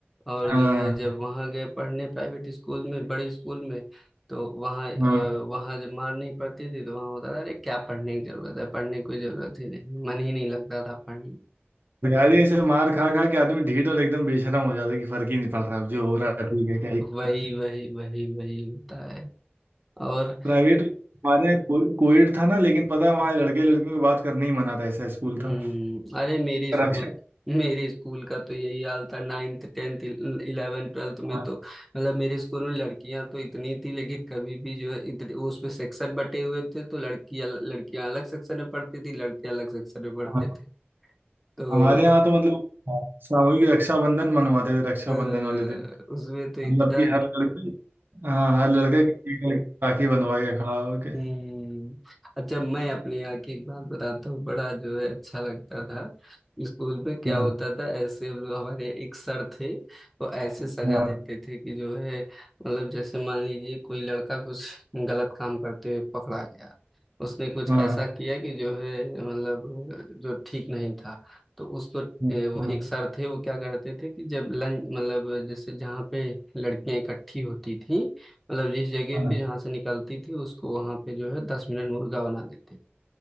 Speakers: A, in the centre; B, on the right (about 55°).
A: और
B: हाँ
A: जो है जब वहाँ गए पढ़ने प्राइवेट स्कूल में बड़े स्कूल में तो वहाँ अ,
B: हाँ
A: वहाँ जब मार नहीं पड़ती थी तो वहाँ होता था अरे क्या पढ़ने की जरूरत है पढ़ने की कोई जरूरत ही नहीं मन ही नहीं लगता था पढ़ने
B: तो यार ये ऐसे मार खा खा के आदमी ढीठ और एकदम बेशरम हो जाता है कि फर्क ही नहीं पड़ रहा अब जो हो रहा है ठीक है क्या ही करना
A: वही वही वही वही होता है और
B: प्राइवेट में हमारे यहाँ को, कोविड था ना लेकिन पता है वहाँ लड़के लड़कियों की बात करने ही मना था ऐसा स्कूल
A: हम्म
B: था
A: अरे मेरी
B: रक्षा
A: स्कूल मेरे स्कूल का तो यही हाल था नाइन्थ टेंथ इलेवन ट्वेल्थ
B: हाँ,
A: में तो मतलब मेरे स्कूल में लड़कियां तो इतनी थी लेकिन कभी भी जो है इतने वो उसमें सेक्शन बटे हुए थे तो लड़कियां लड़कियां अलग सेक्शन में पढ़ती थी लड़के अलग सेक्शन में पढ़ते
B: हाँ।
A: थे तो
B: हमारे यहाँ तो मतलब हाँ, सामूहिक रक्षाबंधन मनवाते थे रक्षाबंधन
A: अ,
B: वाले दिन
A: उसमें तो इतना
B: मतलब कि हर लड़की हाँ हर लड़का किसी की एक लड़की को राखी बंधवा के खड़ा होके
A: हम्म अच्छा मैं अपने यहाँ की एक बात बताता हूँ बड़ा जो है अच्छा लगता था स्कूल में क्या
B: हाँ
A: होता था ऐसे हम लोग हमारे एक सर थे वो ऐसे सजा
B: हाँ
A: देते थे कि जो है मतलब जैसे मान लीजिए कोई लड़का कुछ गलत काम करते हुए पकड़ा गया उसने कुछ
B: हाँ
A: ऐसा किया कि जो है मतलब जो ठीक नहीं था तो उसको
B: हाँ
A: ए, वो एक सर थे वो क्या करते थे कि जब लंच मतलब जैसे जहाँ पे लड़कियां इकट्ठी होती थी मतलब जिस जगह
B: हाँ।
A: पे जहाँ से निकलती थी उसको वहां पे जो है दस मिनट मुर्गा बना देते थे